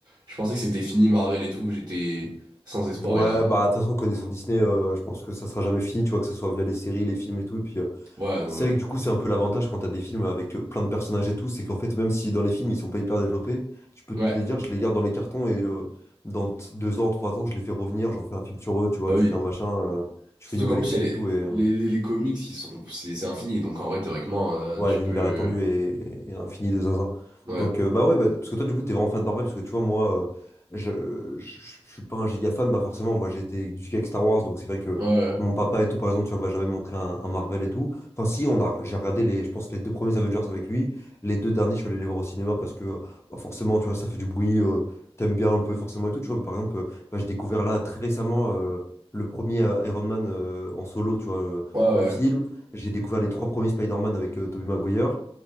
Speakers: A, on the right (about 40°); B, on the left (about 25°).
A: je pensais que c'était fini Marvel et tout. J'étais sans espoir,
B: Ouais,
A: et là,
B: bah de toute façon, connaissant
A: attends.
B: Disney, euh, je pense que ça sera jamais fini, tu vois, que ce soit via les séries, les films et tout, et puis. euh,
A: ouais, non,
B: C'est
A: ouais.
B: vrai que du coup, c'est un peu l'avantage quand t'as des films avec euh, plein de personnages et tout, c'est qu'en fait, même si dans les films, ils sont pas hyper développés, je peux
A: Ouais,
B: te les dire, je les garde dans les cartons et euh, dans t- deux ans, trois ans, je les fais revenir, j'en fais un film sur eux, tu vois,
A: bah oui.
B: tu fais un machin, euh, tu
A: Surtout
B: fais une nouvelle
A: qu'en plus,
B: équipe
A: il y a
B: et
A: les,
B: tout. Et, euh,
A: les, les comics, ils sont, c'est c'est infini. Donc en vrai, théoriquement, euh,
B: Ouais,
A: tu
B: l'univers
A: peux.
B: étendu et, et infini de zinzin.
A: Ouais.
B: Donc, euh, bah ouais, bah, parce que toi, du coup, t'es vraiment fan de Marvel, parce que tu vois, moi, euh, je, je, je suis pas un giga fan, bah forcément, moi, j'ai été éduqué avec Star Wars, donc c'est vrai que
A: Ouais, ouais.
B: mon papa et tout, par exemple, tu vois, bah, j'avais montré un, un Marvel et tout. Enfin, si, on a, j'ai regardé les, je pense, les deux premiers Avengers avec lui, les deux derniers, je suis allé les voir au cinéma parce que, bah, forcément, tu vois, ça fait du bruit, euh, t'aimes bien un peu, forcément, et tout, tu vois, mais par exemple, euh, bah, j'ai découvert là, très récemment, euh, le premier euh, Iron Man euh, en solo, tu vois, euh,
A: Ouais, ouais.
B: le film.
A: ouais.
B: J'ai découvert les trois premiers Spider-Man avec euh, Tobey Maguire.